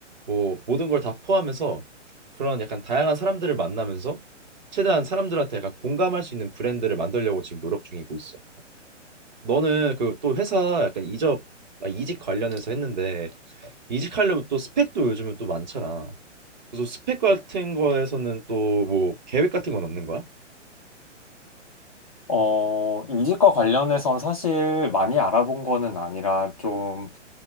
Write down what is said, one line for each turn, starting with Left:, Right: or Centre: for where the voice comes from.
Right: 뭐 모든 걸 다 포함해서 그런 약간 다양한 사람들을 만나면서 최대한 사람들한테 약간 공감할 수 있는 브랜드를 만들려고 지금 노력 중이고 있어. 너는 그 또 회사 약간 이적 아, 이직 관련해서 했는데 이직하려면 또 스펙도 요즘은 또 많잖아. 그래서 스펙 같은 거에서는 또 뭐 계획 같은 건 없는 거야?
Left: 어, 이직과 관련해선 사실 많이 알아본 거는 아니라 좀,